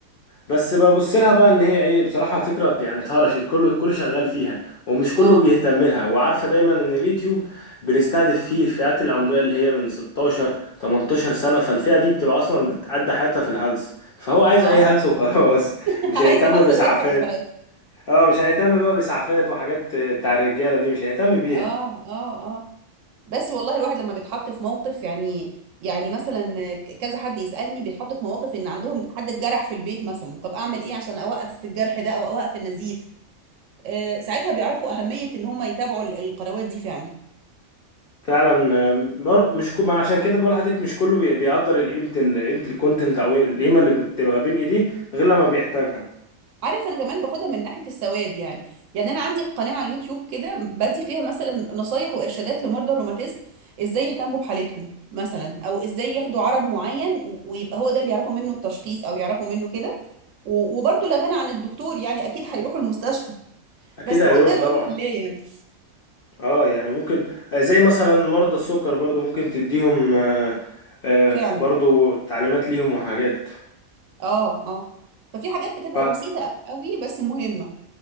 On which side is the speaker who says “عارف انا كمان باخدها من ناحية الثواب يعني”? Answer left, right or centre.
Right